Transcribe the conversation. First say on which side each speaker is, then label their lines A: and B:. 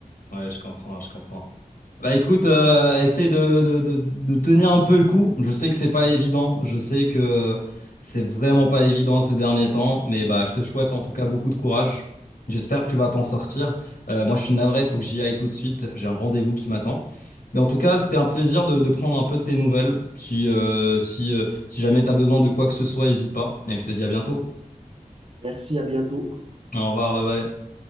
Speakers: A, on the left; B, on the right.
A: Ouais, je comprends, je comprends. Bah écoute, euh, essaie de, de, de- de tenir un peu le coup. Je sais que c'est pas évident. Je sais que c'est vraiment pas évident ces derniers temps. Mais bah je te souhaite en tout cas beaucoup de courage. J'espère que tu vas t'en sortir. Euh, moi, je suis navré, il faut que j'y aille tout de suite. J'ai un rendez-vous qui m'attend. Mais en tout cas, c'était un plaisir de, de prendre un peu de tes nouvelles. Si, euh, si, euh, si jamais tu as besoin de quoi que ce soit, n'hésite pas. Et je te dis à bientôt.
B: Merci, à bientôt.
A: Au revoir, bye bye.